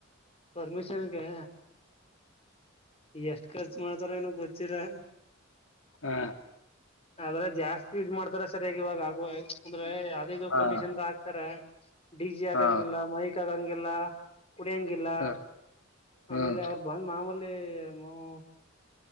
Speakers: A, on the left; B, on the left.
A: ಪರಮಿಷನ್ಗೆ ಎಷ್ಟ್ ಖರ್ಚು ಮಾಡ್ತಾರ ಏನ ಗೊತ್ತೀರಾ
B: ಹಾ
A: ಆದ್ರೆ ಜಾಸ್ತಿ ಇದ್ ಮಾಡ್ತಾರ ಸರಿಯಾಗಿ ಇವಾಗ ಆಗುವ ಅಂದ್ರೆ ಯಾವ್ದದೇದು
B: ಹಾ
A: ಕಂಡೀಷನ್ ಆಗ್ತಾರ ಡಿ ಜಿ ಆಗಂಗಿಲ್ಲ
B: ಹಾ
A: ಮೈಕ್ ಆಗಂಗಿಲ್ಲ ಇಲ್ಲ ಕುಡಿಯಂಗಿಲ್ಲ
B: ಹ ಹ್ಮ್
A: ಆಮೇಲೆ ಅವರು ಬಂದ್ ಮಾಮೂಲಿ <unintelligible>